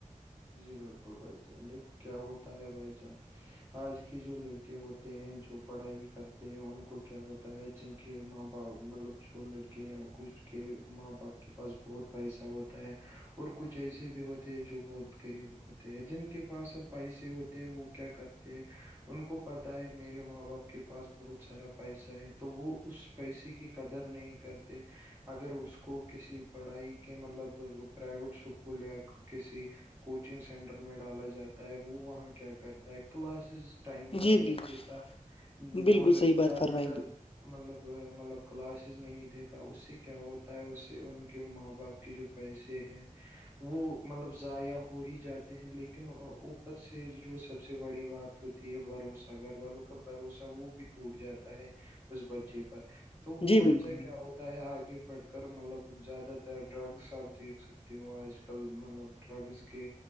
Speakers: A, on the right; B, on the left.
A: جی بالکل بھائی جان دیکھو کیا ہوتا ہے بھائی جان آج کی جو لڑکے ہوتے ہیں جو پڑھائی کرتے ہیں ان کو کیا ہوتا ہے جن کے ماں باپ مطلب جو لڑکے ہیں کچھ کے ماں باپ کے پاس بہت پیسہ ہوتا ہے اور کچھ ایسے بھی ہوتے ہیں جو بہت غریب ہوتے ہیں جن کے پاس سب پیسے ہوتے وہ کیا کرتے ان کو پتا ہے میرے ماں باپ کے پاس بہت سارا پیسہ ہے تو وہ اس پیسے کی قدر نہیں کرتے اگر اس کو کسی پڑھائی کے مطلب پرائیویٹ اسکول یا کسی کوچنگ سینٹر میں ڈالا جاتا ہے وہ وہاں کیا کرتا ہے کلاسز ٹائم پر
B: جی
A: نہیں
B: بالکل
A: دیتا
B: بالکل
A: اور
B: صحیح بات
A: زیادہ
B: فرمائی
A: تر مطلب مطلب کلاسز نہیں دیتا اس سے کیا ہوتا ہے اس سے ان کے ماں باپ جو پیسے ہیں وہ مطلب ضائع ہو ہی جاتے ہیں لیکن اوپر سے جو سب سے بڑی بات ہوتی ہے بھروسہ گھر والوں بھروسہ وہ بھی ٹوٹ جاتا ہے اس بچے پر تو وہ
B: جی بالکل
A: بچہ
B: بالکل
A: کیا ہوتا تا ہے آگے بڑھ کر مطلب زیادہ تر ڈرگس آپ دیکھ سک تی وہ آج کل مطلب ڈرگس کے